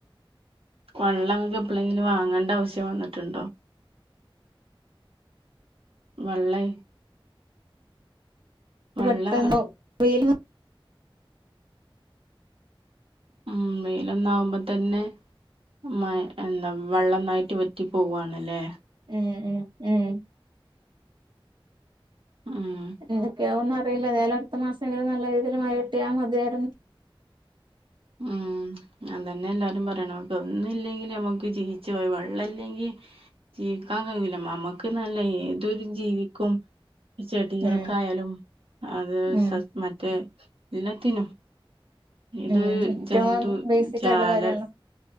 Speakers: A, on the right; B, on the right.
A: വള്ളം ങ്ങക്ക് എപ്പളെങ്കിലും വാങ്ങേണ്ട ആവശ്യം വന്നിട്ടുണ്ടോ? വള്ളെ
B: ത്
A: വെള്ളം
B: പെട്ടെന്നു <unintelligible>
A: ഉം വെയിലൊന്നാവുമ്പോ തന്നെ. മയ് എന്താ വെള്ളംന്നായിട്ട് വറ്റി പോവാണല്ലേ?
B: ഉം ഉം ഉം
A: ഉം
B: എന്തൊക്ക്യാവോന്നറിയില്ല ന്തായാലും അടുത്ത മാസങ്കിലും നല്ല രീതിൽ മഴ കിട്ടിയാൽ മതിയാരുന്നു.
A: ഉം അതന്നെ എല്ലാരും പറയണം ഒന്നില്ലെങ്കില് നമ്മുക്ക് ജീവിച്ച്പോവ വെള്ളല്ലെങ്കി. ജീവിക്കാൻ കയ്യൂല നമുക്ക് ന്നല്ല ഏതൊരു ജീവിക്കും. ചെടികൾക്കായാലും
B: ഉം
A: അത്
B: ഉം
A: സ മറ്റേ എല്ലത്തിനും. ഇത്
B: ഉം ഏറ്റവും
A: ജന്തു
B: ബേസിക്
A: ജാല.
B: ആയിട്ടുള്ള കാര്യങ്ങള്